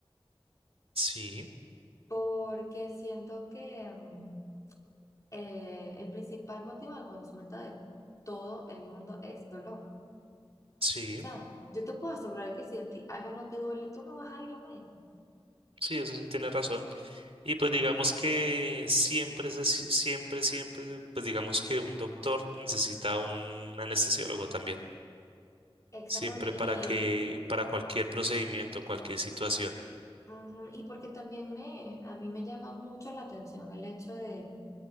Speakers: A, on the right (about 80°); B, on the left (about 35°).
A: Sí,
B: porque siento que mm, eh, el principal motivo de consulta de todo el mundo es dolor. O
A: sí,
B: sea, yo te puedo asegurar que si a ti algo no te duele, tú no vas a ir al médico.
A: sí, eso sí tienes razón. Y pues digamos que siempre, se- si, siempre, siempre, pues digamos que un doctor necesita un anestesiólogo también.
B: Exactamente.
A: Siempre
B: Y,
A: para que, para cualquier procedimiento, cualquier situación.
B: ujú, y porque también me, a mí me llama mucho la atención el hecho de